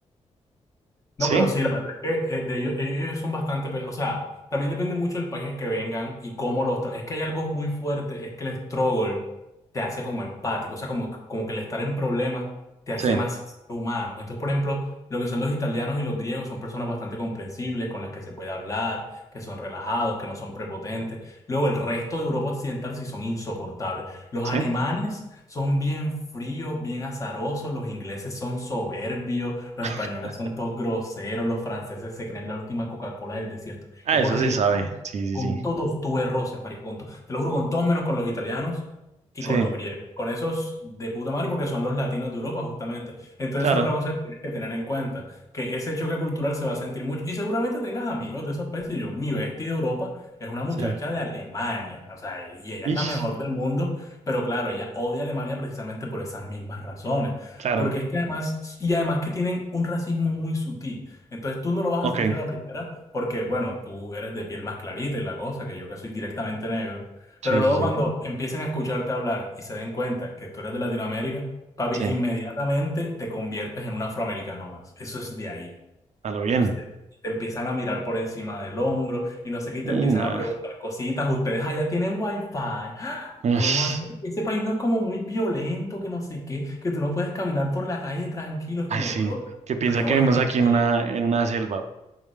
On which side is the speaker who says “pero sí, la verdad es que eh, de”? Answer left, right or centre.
Left